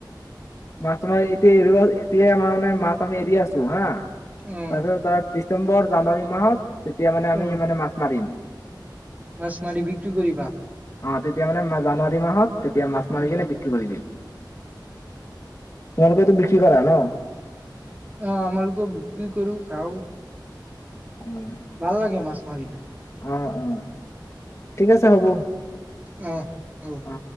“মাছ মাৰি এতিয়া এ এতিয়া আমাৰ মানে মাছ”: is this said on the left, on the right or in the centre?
Left